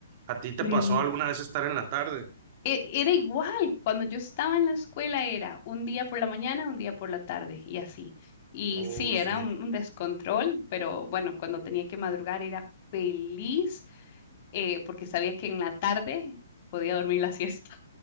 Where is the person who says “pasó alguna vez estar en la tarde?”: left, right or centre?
Right